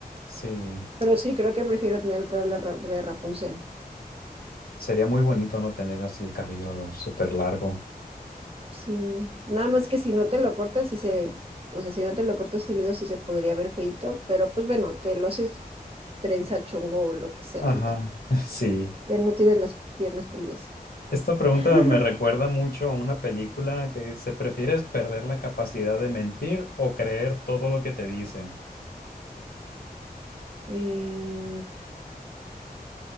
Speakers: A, on the left (about 75°); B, on the right (about 35°).
A: sí.
B: Pero sí, creo que prefiero tener el pelo de Ra- de Rapunzel.
A: Sería muy bonito no tener así el cabello súper largo.
B: Sí, nada más que si no te lo cortas, si se, o sea, si no te lo cortas seguido, sí se podría ver feito, pero pues bueno, te lo haces trenza, chongo o lo que sea
A: Ajá,
B: y ya.
A: <laughs> sí.
B: Ya no tienes las piernas peludas.
A: Esta pregunta
B: <laughs>
A: me recuerda mucho a una película que dice, ¿prefieres perder la capacidad de mentir o creer todo lo que te dicen?
B: Eh,